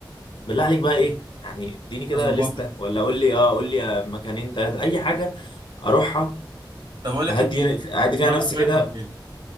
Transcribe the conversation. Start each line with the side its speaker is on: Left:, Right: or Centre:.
Left: بالله عليك بقى ايه يعني اديني كده
Right: اظبطك
Left: لستة ولا قول لي اه قول لي آه، مكانين ثلاثه اي حاجه اروحها
Right: طب اقول لك
Left: اهدي
Right: انت
Left: اهدي
Right: دماغك
Left: فيها نفسي
Right: رايحه
Left: كده
Right: فين